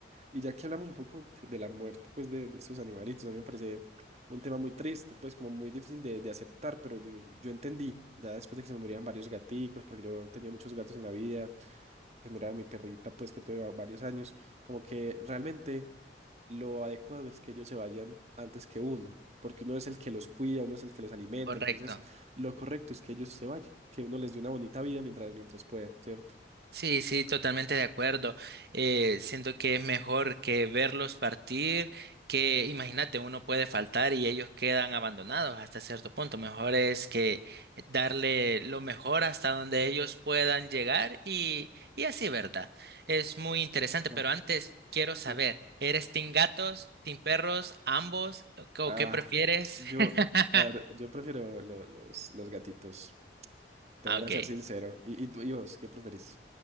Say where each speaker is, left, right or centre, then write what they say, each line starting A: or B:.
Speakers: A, on the right (about 35°); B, on the right (about 55°).
A: Y ya que hablamos un poco de la muerte, pues, de, de estos animalitos, a mí me parece un tema muy triste, pues, como muy difícil de, de aceptar, pero yo, yo entendí, ya después de que se me morían varios gaticos, porque yo tenía muchos gatos en la vida, que miraban mi perrita, pues, que tuve va- varios años, como que realmente lo adecuado es que ellos se vayan antes que uno, porque uno es el que los cuida, uno es el que los alimenta,
B: Correcto.
A: entonces lo correcto es que ellos se vayan, que uno les dé una bonita vida mientras, mientras pueda, ¿cierto?
B: Sí, sí, totalmente de acuerdo. Eh, siento que es mejor que verlos partir, que imagínate, uno puede faltar y ellos quedan abandonados hasta cierto punto. Mejor es que darle lo mejor hasta donde ellos puedan llegar y, y así, ¿verdad? Es muy interesante,
A: Ah,
B: pero antes quiero saber,
A: sí.
B: ¿eres team gatos, team perros, ambos o
A: Ah,
B: qué prefieres?
A: yo,
B: <laughs>
A: a ver, yo prefiero lo- los, los gatitos. Te
B: Ah,
A: voy
B: Ok.
A: a ser sincero. ¿Y, y tú- y vos, qué preferís?